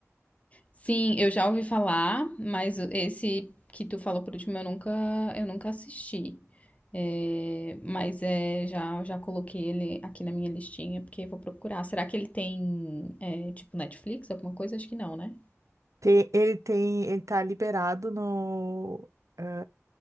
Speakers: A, on the left; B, on the right.
A: Sim, eu já ouvi falar, mas o- esse que tu falou por último eu nunca, eu nunca assisti. É, mas é, já, já coloquei ele aqui na minha listinha porque eu vou procurar. Será que ele tem, é, tipo, Netflix, alguma coisa? Acho que não, né?
B: Tem- ele tem, ele tá liberado no. é,